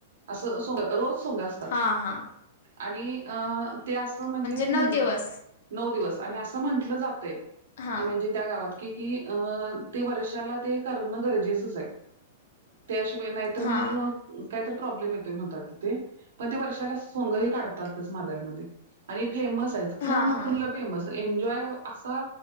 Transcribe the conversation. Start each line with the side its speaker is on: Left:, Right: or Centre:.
Right: असं सोंग रोज सोंग असतात
Left: हा हा
Right: आणि अ ते असं म्हणजे म्हणजे
Left: नऊ दिवस
Right: म्हण नऊ दिवस आणि असं म्हंटलं जातय
Left: हा
Right: की म्हणजे त्या गावात कि कि अ ते वर्षाला ते करणं गरजेचंच आहे. त्याशिवाय नाहीतर
Left: हा
Right: मग काहीतर प्रॉब्लेम येतोय म्हणतात तिथे पण ते वर्षाला सोंग हे काढतातच मादळमध्ये आणि फेमस आहेत पूर्ण
Left: हा हा
Right: फुल्ल फेमस एन्जॉय असा